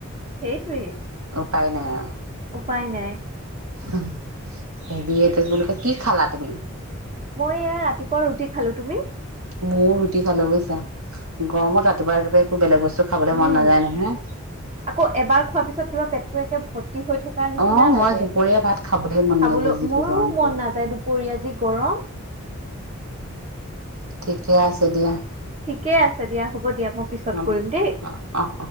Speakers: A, on the right; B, on the right.
A: সেইটোৱে
B: উপায় নাই আৰু
A: উপায় নাই
B: হেৰি এইটো কি বুলি কয় কি খালা তুমি?
A: মই এয়া ৰাতিপুৱা ৰুটি খালো তুমি
B: মও ৰুটি খালো বুজিছা গৰমত ৰাতিপুৱা ৰাতিপুৱাই একো বেলেগ বস্তু খাবলৈ
A: উম
B: মন নাযায় নহয়।
A: আকৌ এবাৰ খোৱাৰ পিছত কিবা পেটটো একে ভৰ্তি ভৰ্ত্তি হৈ থকাৰ নিচিনা
B: অ'
A: লাগে
B: মই দুপৰীয়া ভাত খাবলৈ মন
A: খাবলৈ
B: নাযায় যিটো
A: মোৰো
B: গৰম পৰিছে।
A: মন নাযায় দুপৰীয়া যি গৰম
B: ঠিক ঠিকেই আছে দিয়া
A: কে আছে দিয়া হ'ব এতিয়া মই পিছত
B: অ',
A: কৰিম দেই
B: অ', অ'।